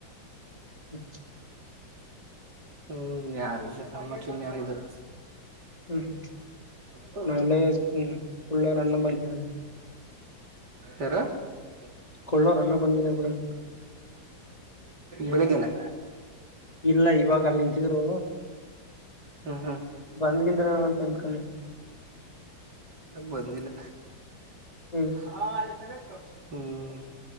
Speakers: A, on the left (about 20°); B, on the right (about 55°).
A: ಹ್ಮ್
B: ಹ್ಮ್ ಯಾರು ಇಲ್ಲ ಅ ಮತ್ತ್ ಇನ್ಯಾರು ಇದ್ರು.
A: ಹ್ಮ್
B: ಹ್ಮ
A: ನಾ ಇಲ್ಲೇ ಹ್ಮ್ ಕೊಳ್ಳೋರ್ ಅಣ್ಣ ಬಂದಿದ್ದಾನೆ
B: ಯಾರ? <unintelligible>
A: ಕೊಳ್ಳೋರ್ ಅಣ್ಣ ಬಂದಿದಾನ್ <unintelligible>
B: ಬೆಳಗ್ಗೆನೇ
A: ಇಲ್ಲ ಇವಾಗ ಅಲ್ಲಿ ನಿಂತ್ ದ್ರು
B: ಹ್ಮ್
A: ಬಂದ್ಗಿಂದ್ರ ಅಂತ ಅನ್ಕೊಂಡೆ
B: ಬಂದಿಲ್ಲ
A: ಹ್ಮ್
B: ಹಾ ಅಲ್ಲಿ <unintelligible> ಹ್ಮ್